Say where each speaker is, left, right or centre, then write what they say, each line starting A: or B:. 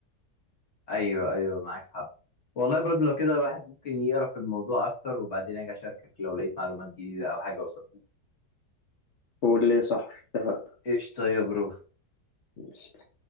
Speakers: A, on the left; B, on the left.
A: ايوه ايوه معاك حق والله برضو لو كده الواحد ممكن يقرا في الموضوع اكتر وبعدين اجي اشاركك لو لقيت معلومات جديده او حاجه وصلت
B: واللي صح اتفق
A: ايش طيب برو
B: قشطة.